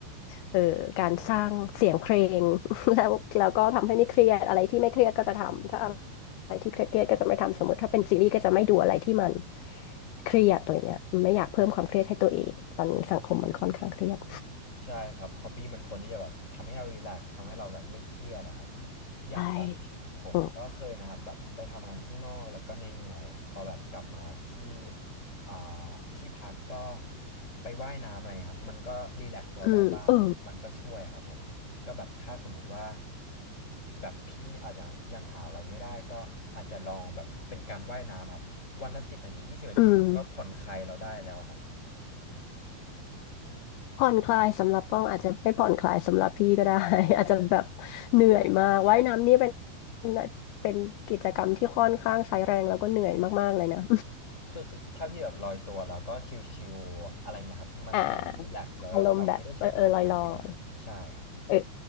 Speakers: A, on the left; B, on the left.
A: เอ่อการสร้างเสียงเพลง <laughs> แล้วแล้วก็ทำให้ไม่เครียดอะไรที่ไม่เครียดก็จะทำถ้าอะไรที่เครียดเครียดก็จะไม่ทำสมมติถ้าเป็นซีรีส์ก็จะไม่ดูอะไรที่มันเครียดอะไรเงี้ยไม่อยากเพิ่มความเครียดให้ตัวเองตอนนี้สังคมมันค่อนข้างเครียด
B: ใช่ครับฮอบบี้มันควรที่จะแบบทำให้เรารีแลกซ์ทำให้เราแบบไม่เครียดอะครับ
A: <laughs>
B: อย่างแบบ
A: ใช่
B: ผมก็เคยนะครับแบบไปทำงานข้างนอกแล้วก็เหนื่อยๆพอแบบกลับมาที่
A: เออ
B: อ่าที่พักก็ไปว่ายน้ำอะไรครับมันก็รีแลกซ์เราได้บ้างมันก็ช่วยครับผมก็แบบถ้าสมมติว่า
A: อืมเออ
B: แบบพี่อาจจะยังหาอะไรไม่ได้ก็อาจจะลองแบบเป็นการว่ายน้ำครับวันละสิบนาทียี่สิบนาทีมันก็ผ่อนคลายเราได้แล้วอะครับ
A: อืมผ่อนคลายสำหรับป้องอาจจะไม่ผ่อนคลายสำหรับพี่ก็ได้ <laughs> อาจจะแบบเหนื่อยมากว่ายน้ำนี่เป็นเป็นกิจกรรมที่ค่อนข้างใช้แรงแล้วก็เหนื่อยมากๆเลยนะ
B: คือคือถ้าพี่แบบลอยตัวแล้วก็ชิลๆอะไรเงี้ยครับมันจะรีแลกซ์แล้วเราไม่ได้ใช้พลังงานเยอะครับใช่ครับ
A: <laughs> อ่าอารมณ์แบบเออเออลอยลอยเออ